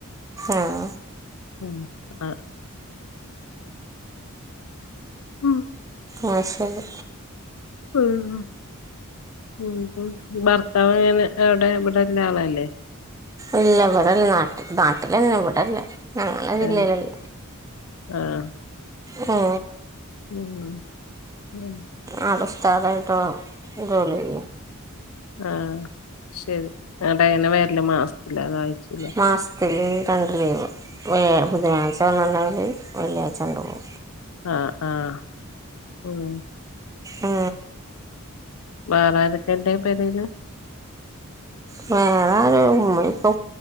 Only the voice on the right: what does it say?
ആഹ
ആ ശരി
എല്ല ഇവിടെല്ല നാട്ടിനാട്ടിലന്നെ ഇവിടെല്ല ങ്ങളെ ജില്ലയിലല്ല
ഹേ.....
ആടെ ഉസ്താദായിട്ട് ജോലി ചെയ്യാ
മാസത്തിൽ രണ്ട് ലീവ് ബുധനാഴ്ച വന്നുണ്ടെങ്കിൽ വെള്ള്യാഴ്ച്ചപോകും
അ ആ
വേറെ ആരാ ഉമ്മ ഇപ്പൊ